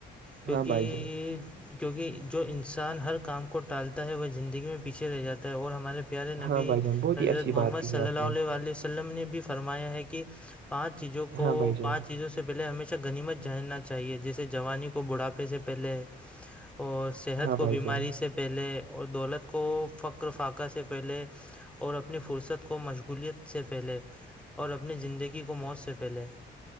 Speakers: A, in the centre; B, on the right (about 60°).
A: کیوکیہ
B: ہاں بھائی جان
A: کیوکیہ جو انسان ہر کام کو ٹالتا ہے وہ زندگی میں پیچھے رہ جاتا ہے اور ہمارے پیارے نبی
B: ہاں بھائی جان بہت
A: حضرت
B: ہی اچھی
A: محمد
B: بات کہی
A: صلی
B: آپ
A: اللیہ
B: نے
A: علیہ وسلم نے بھی فرمایا ہے کہ پانچ چیزوں کو
B: ہاں بھائی جان
A: پانچ چیزوں سے پہلے ہمیشہ گنیمت جاننا چاہیے جیسے جوانی کو بڑھاپے سے پہلے اور صحت
B: ہاں
A: کو
B: بھائی
A: بیماری
B: جان
A: سے پہلے اور دولت کو فخر فقہ سے پہلے اور اپنی فرصت کو مشغولیت سے پہلے اور اپنی زندگی کو موت سے پہلے